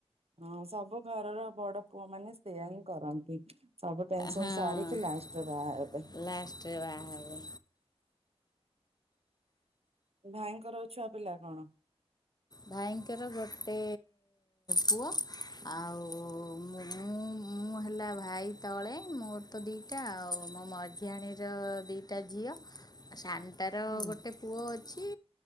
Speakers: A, on the right; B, on the left.
A: ହଁ ସବୁ ଘରର ବଡ ପୁଅ ମାନେ ସେୟଆ ହିଁ କରନ୍ତି। ସବୁ ଟେନସନ
B: ହଁ
A: ସାରିକି ଲାଷ୍ଟରେ ବାହାହେବେ।
B: ଲାଷ୍ଟରେ ବାହା ହେବେ
A: ଭାଇଙ୍କର ଛୁଆ ପିଲା କଣ?
B: ଭାଇଙ୍କର ଗୋଟେ ପୁଅ ଆଉ ମୁଁ ମୁଁ ହେଲା ଭାଇ ତଳେ ମୋର ତ ଦିଇଟା ଆଉ ମୋ ମଝିଆଣୀର ଦିଇଟା ଝିଅ। ଦିଅ ସାନଟାର
A: ହୁଁ
B: ଗୋଟେ ପୁଅ ଅଛି